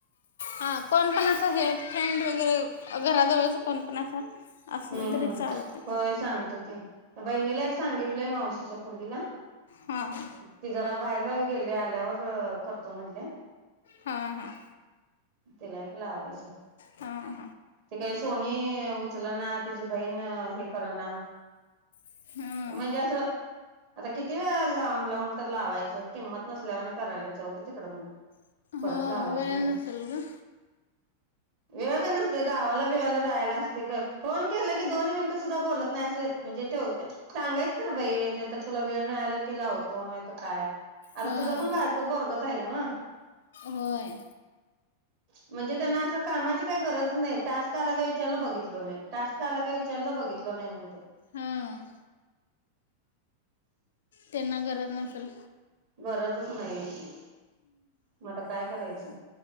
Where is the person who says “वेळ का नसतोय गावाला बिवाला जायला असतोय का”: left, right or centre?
Right